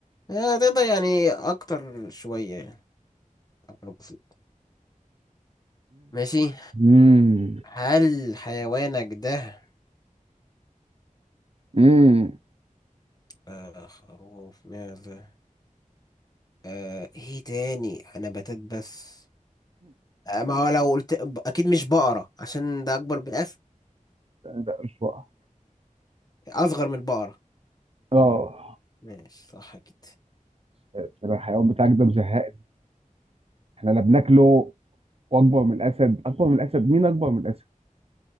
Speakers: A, on the left; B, on the right.
A: آه تقدر يعني اكتر شويه يعني أكتر بسيط ماشي
B: امم
A: هل حيوانك ده
B: امم
A: آه خروف معزة آه ايه تاني انا بتات بس آه ما هو لو قلت ب- اكيد مش بقرة عشان ده اكبر من الاسد
B: لا مش بقى
A: اصغر من البقرة
B: اه
A: ماشي صح كده
B: عشان الحيوان بتاعك ده مزهقني احنا لا بناكله واكبر من الاسد اكبر من الاسد مين اكبر من الاسد